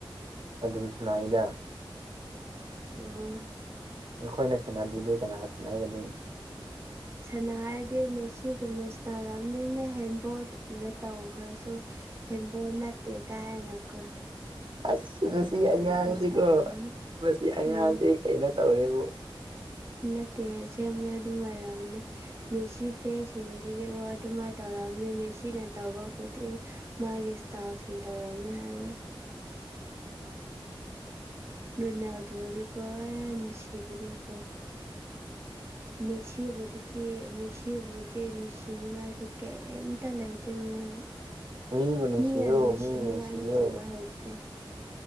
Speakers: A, on the right; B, on the right.
A: ꯑꯗꯨꯝ ꯁꯅꯏꯗ
B: ꯎꯝ꯫
A: ꯑꯩꯈꯣꯏꯅ ꯁꯥꯟꯅꯗ꯭ꯔꯗꯤ ꯀꯅꯥ ꯁꯥꯟꯅꯒꯅꯤ <inaudible>
B: ꯁꯥꯟꯅꯔꯗꯤ ꯃ‌ꯦꯁꯤꯒꯨꯝꯅ ꯁꯥꯟꯅꯔꯕꯅꯤꯅ‌ꯦ ꯍꯦꯟꯕꯣꯜ ꯇꯧꯈ꯭ꯔꯁꯨ ꯍ‌ꯦꯟ ꯕ‌ꯣꯜ ꯅꯠꯇ‌ꯦ ꯀꯥꯏꯅꯀ‌ꯣ
A: ꯑꯁ ꯃꯁꯤ ꯑꯉꯥꯡꯁꯤꯀꯣ
B: ꯁꯥꯔꯝꯅꯤ
A: ꯃꯁꯤ ꯑꯉꯥꯡꯁꯤ
B: ꯎꯝ
A: ꯀꯩꯅꯣ ꯇꯧꯔꯦꯕꯨ꯫
B: ꯅꯠꯇꯦ ꯑꯁꯦꯝꯕꯅ‌ꯦ ꯑꯗꯨꯝ ꯑꯣꯏꯔꯝꯅꯤ ꯃꯦꯁꯤ ꯐꯦꯟꯁꯤꯡꯁꯤꯗꯤ ꯑꯣ ꯑꯗꯨꯃꯥꯏꯅ ꯇꯧꯔꯝꯅꯤ ꯃꯦꯁꯤꯅ ꯇꯧꯕ ꯈꯨꯗꯤꯡ ꯃꯥꯒꯤ ꯏꯁꯇꯥꯜꯁꯤꯡ ꯇꯧꯔꯝꯅꯤ ꯍꯥꯏꯕ ꯔ‌ꯣꯅ‌ꯦꯜꯗ‌ꯣ ꯗꯤꯀꯣ ꯑꯦ ꯅꯨꯡꯁꯤꯕꯗꯨꯀꯣ ꯃꯦꯁꯤꯕꯨꯗꯤ ꯀ ꯃꯦꯁꯤꯕꯨꯗꯤ ꯅꯨꯡꯁꯤꯅꯤꯡꯉꯥꯏꯁꯨ ꯀꯩꯝꯇ ꯂꯩꯇꯦ ꯃꯉꯣꯟꯗ
A: ꯃꯤꯕꯨ ꯅꯨꯡꯁꯤꯌꯣ
B: ꯃꯤꯅ ꯅꯨꯡꯁꯤꯅꯤꯡꯉꯥꯏ
A: ꯃꯤꯕꯨ ꯅꯨꯡꯁꯤꯌꯣ
B: ꯇꯧꯕ ꯍꯩꯇꯦ꯫